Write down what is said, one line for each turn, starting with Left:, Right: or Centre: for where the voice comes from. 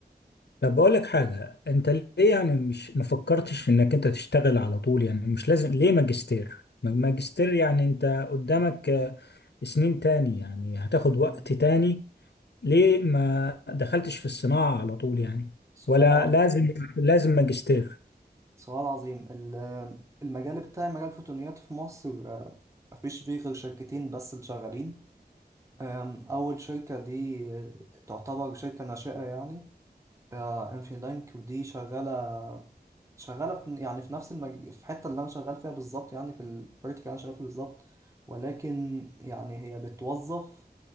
Left: طب اقول لك حاجه انت ليه يعني مش ما فكرتش انك انت تشتغل على طول يعني مش لازم ليه ماجستير ما- ماجستير يعني انت قدامك آه، سنين تاني يعني هتاخد وقت
Right: مم.
Left: تاني ليه ما دخلتش في الصناعه على طول يعني
Right: سؤال
Left: ولا
Right: ع...
Left: لازم لازم ماجستير
Right: سؤال عظيم ال- المجال بتاعي مجال الفوتونيات في مصر آه، مفيش فيه غير شركتين بس اللي شغالين آم، أول شركة دي آه، تعتبر شركة ناشئة يعني اه انفي لانك ودي شغاله شغاله في يعني في نفس المج... في الحته اللي انا شغال فيها بالظبط يعني في الفيرتيكال اللي انا شغال فيه بالظبط ولكن يعني هي بتوظف